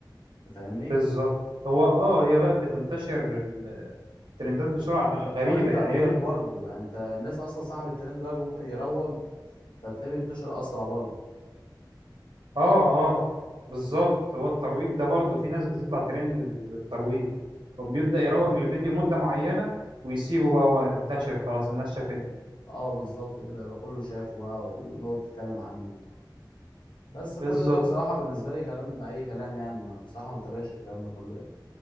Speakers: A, on the left; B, on the right.
A: أنت فاهمني
B: بالظبط هو اه هي بقى بتنتشر ترندات بسرعة غ-
A: حوار
B: غريبة
A: الترويج
B: يعني هي اه
A: برضو يعني انت الناس اصلا صاحب الترند ده ممكن يروج فتلاقيه بينتشر اسرع برضو
B: اه بالظبط هو الترويج ده برضه في ناس بتطلع ترند الترويج وبيبدأ يروج
A: هو
B: للفيديو مدة معينة ويسيبه بقى هو انتشر خلاص الناس شافته
A: اه بالظبط كده يبقى كله شافه بقى ونقعد نتكلم عنه بس كل
B: بالظبط
A: ده بصراحة بالنسبة لي كلام أي كلام يعني ما- بصراحة ما بتابعش الكلام ده كله يعني